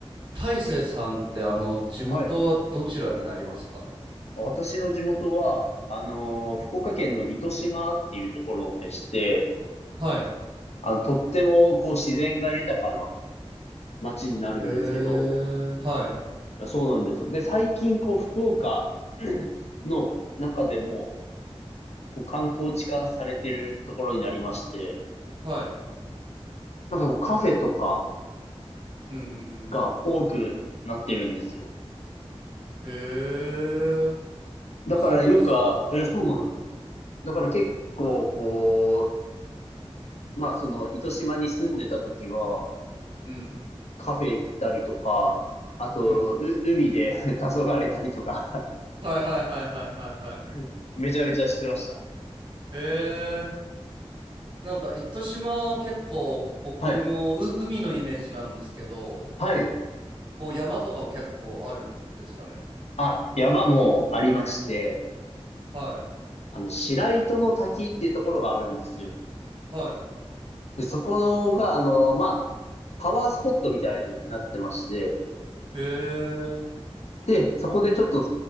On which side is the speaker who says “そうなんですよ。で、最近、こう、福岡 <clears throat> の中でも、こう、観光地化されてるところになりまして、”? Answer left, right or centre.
Left